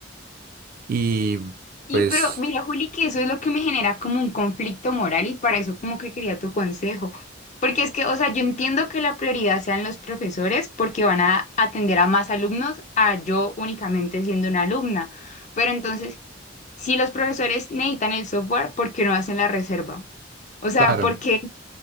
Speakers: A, on the right; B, on the left.
A: y,
B: Sí,
A: pues,
B: pero mira, Juli, que eso es lo que me genera como un conflicto moral y para eso como que quería tu consejo. Porque es que, o sea, yo entiendo que la prioridad sean los profesores porque van a atender a más alumnos a yo únicamente siendo una alumna. Pero entonces, si los profesores necesitan el software, ¿por qué no hacen la reserva? O sea,
A: claro.
B: porque